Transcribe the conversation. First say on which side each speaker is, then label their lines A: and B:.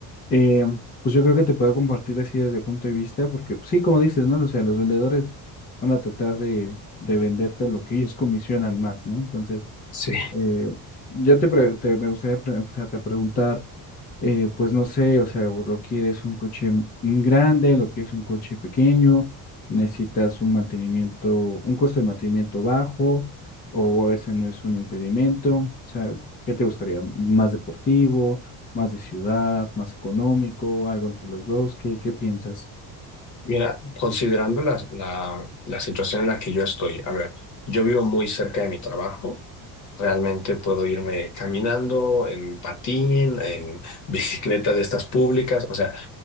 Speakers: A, on the left (about 25°); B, on the left (about 50°).
A: eh, pues yo creo que te puedo compartir así desde el punto de vista porque pues, sí, como dices, ¿no? O sea, los vendedores van a tratar de, de venderte lo que ellos comisionan más, ¿no? Entonces...
B: Sí.
A: Eh, ya te, pre- te- me gustaría pre- empezarte a preguntar, eh, pues no sé, o sea, o lo quieres un coche m- un grande, lo quieres un coche pequeño, necesitas un mantenimiento, un costo de mantenimiento bajo, o ese no es un impedimento, o sea, ¿qué te gustaría? ¿Más deportivo, más de ciudad, más económico, algo entre los dos? ¿Qué, qué piensas?
B: Mira, considerando la, la, la situación en la que yo estoy, a ver, yo vivo muy cerca de mi trabajo. Realmente puedo irme caminando, en patín, en bicicleta de estas públicas. O sea,